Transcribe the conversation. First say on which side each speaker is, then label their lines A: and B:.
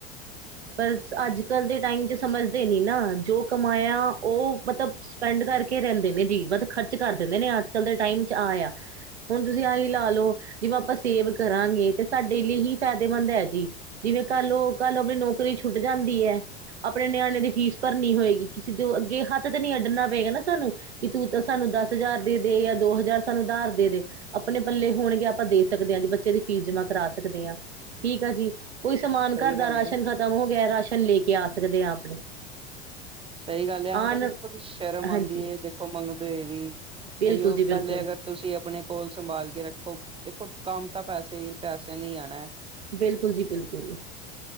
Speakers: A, on the right; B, on the right.
A: ਪਰ ਅੱਜ- ਕੱਲ ਦੇ ਟਾਈਮ ਚ ਸਮਝਦੇ ਨੀ ਨਾ, ਜੋ ਕਮਾਇਆ ਉਹ ਮਤਲਬ ਸਪੈਂਡ ਕਰਕੇ ਰਹਿੰਦੇ ਨੇ ਜੀ, ਵਧ ਖਰਚ ਕਰ ਦਿੰਦੇ ਨੇ ਅੱਜ- ਕੱਲ ਦੇ ਟਾਈਮ ਚ ਆ, ਆ। ਹੁਣ ਤੁਸੀਂ ਆਹੀ ਲਾ ਲੋਓ, ਜਿਵੇਂ ਆਪਾਂ ਸੇਵ ਕਰਾਂਗੇ ਤੇ ਸਾਡੇ ਲਈ ਹੀ ਫਾਇਦੇਮੰਦ ਹੈ ਜੀ। ਜਿਵੇਂ ਕੱਲ ਓ ਕੱਲ ਆਪਣੀ ਨੌਕਰੀ ਛੁੱਟ ਜਾਂਦੀ ਐ ਆਪਣੇ ਨਿਆਣੇ ਦੀ ਫੀਸ ਭਰਨੀ ਹੋਏਗੀ, ਕਿਸੇ ਤੋਂ ਅੱਗੇ ਹੱਥ ਤੇ ਨੀ ਅੱਡਣਾ ਪਏਗਾ ਨਾ ਸਾਨੂੰ। ਕਿ ਤੂੰ ਤਾਂ ਸਾਨੂੰ ਦਸ ਹਜ਼ਾਰ ਦੇਦੇ ਜਾਂ ਦੋ ਹਜ਼ਾਰ ਸਾਨੂੰ ਆਧਾਰ ਦੇਦੇ। ਆਪਣੇ ਪੱਲੇ ਹੋਣਗੇ ਆਪਾਂ ਦੇ ਸਕਦੇ ਹਾਂ ਜੀ ਬੱਚੇ ਦੀ ਫੀਸ ਜਮਾਂ ਕਰਾ ਸਕਦੇ ਆ, ਠੀਕ ਆ ਜੀ। ਕੋਈ ਸਮਾਨ
B: ਸਹੀ
A: ਘਰ
B: ਗੱਲ
A: ਦਾ ਰਾਸ਼ਨ
B: ਹੈ
A: ਖਤਮ ਹੋ ਗਿਆ, ਰਾਸ਼ਨ ਲੈ ਕੇ ਆ ਸਕਦੇ ਹ ਆਪਣੇ।
B: ਸਹੀ ਗੱਲ ਆ,
A: ਆਣ
B: ਮਤਲਬ ਦੇਖੋ ਜੀ ਸ਼ਰਮ ਆਂਦੀ
A: ਹਾਂਜੀ
B: ਐ ਦੇਖੋ ਮੰਗਦੇ ਹੋ ਵੀ,
A: ਬਿਲਕੁਲ
B: ਅਈਓ
A: ਜੀ ਬਿਲਕੁਲ
B: ਪਹਿਲੇ ਅਗਰ ਤੁਸੀਂ ਆਪਣੇ ਕੋਲ ਸੰਭਾਲ ਕੇ ਰੱਖੋ, ਦੇਖੋ ਕੰਮ ਤਾਂ ਪੈਸੇ ਹੀ ਪੈਸੇ ਨੇ ਹੀ ਆਣਾ।
A: ਬਿਲਕੁਲ ਜੀ ਬਿਲਕੁਲ।